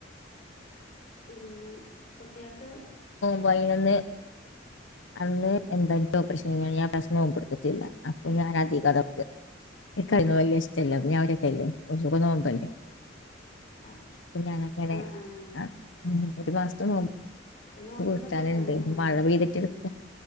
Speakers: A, on the left (about 45°); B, on the left (about 80°).
A: പിന്നെ കുട്ടികൾക്ക്
B: അപ്പൊ അയിന്ന് അന്ന് എന്തായ ഓപ്പറേഷൻ കഴ ഞാൻ പ്രശം നോമ്പ്പ കൊടുത്തിില്ല അപ്പൊ ഞാൻ അധികം അതൊെ കഴ വല ഇഷ്ടമല്ല ഞാൻ അവരൊക്കെല്ലേ ഒരുഖെ നോമ്പല്ലേ
A: ആഹ്
B: പിന്നങ്ങനെ
A: ആഹ് ആഹ്
B: ആ ഉ ഒരു മാസം നോ
A: ഇപ്പൊ നോമ്പിന്
B: പൂട്ടാനുണ്ട്
A: പറ്റിയ സമയാല്ലേ
B: മഴ പെയ്തിട്ട്